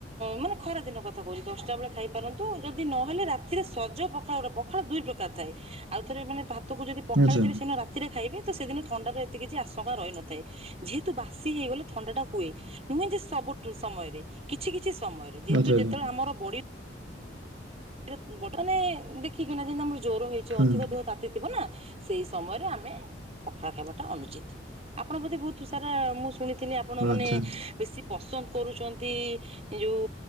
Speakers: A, on the right (about 35°); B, on the right (about 80°).
A: ମାନେ ଖରା ଦିନ କଥା କହୁଛି ଦଶଟା ବେଳେ ଖାଇପାରନ୍ତୁ ଯଦି ନହଲେ ରାତିରେ ସଜ ପଖାଳ ଗୋଟେ ପଖାଳ ଦୁଇ ଏ ଥାଏ। ଆଉ ଥରେ ମାନେ ଭାତକୁ ଯଦି ପଖାଳିଥିବେ
B: ଆଚ୍ଛା
A: ସେ ରା ରାତିରେ ଖାଇବେ ତ ସେଦିନ ଥଣ୍ଡା ର ଏତେ କିଛି ଆଶଙ୍କା ରହିନଥାଏ। ଯେହେତୁ ବାସି ହେଇଗଲେ ଥଣ୍ଡା ହୁଏ। ନୁହେଁ ଯେ ସବୁ ସମୟରେ, କିଛି କିଛି ସମୟରେ ଯେହେତୁ
B: ଆଚ୍ଛା ଆଚ୍ଛା
A: ଯେତେବେଳେ ଆମର ବ ସେଇଟ ବ ମାନେ ଦେଖିକିନା ଯେମିତି ଆମର ଜୋର ହେଇଛି
B: ହୁଁ
A: ଅଧିକ ଦେହ ତାତି ଥିବ ନା। ସେଇ ସମୟରେ ଆମେ ପଖାଳା ଖାଇବାଟା ଅନୁଚିତ୍। ଆପଣ ବୋଧେ ବୋହୁତ୍ ସାରା ମୁଁ ଶୁଣିଥିଲି ଆପଣ ମାନେ
B: ଆଚ୍ଛା।
A: ବେଶୀ ପସନ୍ଦ କରୁଛନ୍ତି ଯେଉଁ